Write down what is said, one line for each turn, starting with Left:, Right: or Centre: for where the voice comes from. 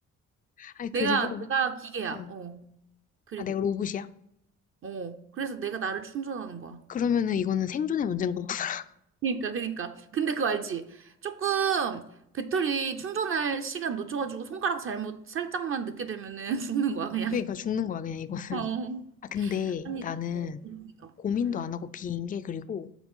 Left: 아니 그리고
Right: 내가, 내가 기계야.
Left: 어,
Right: 어. 그리고.
Left: 아 내가 로봇이야.
Right: 어. 그래서 내가 나를 충전하는 거야.
Left: 그러면은 이거는 생존의 문제인 거야. <laughs>
Right: 그니까, 그니까. 근데 그거 알지? 조금 배터리 충전할 시간 놓쳐가지고 손가락 잘못 살짝만 늦게 되면은 <laughs> 죽는 거야, 그냥.
Left: 그러니까 죽는 거야 그냥 이거.
Right: 어.
Left: 아 근데
Right: 아니,
Left: 나는
Right: 어, 모르겠어.
Left: 고민도
Right: 응.
Left: 안 하고 비인 게 그리고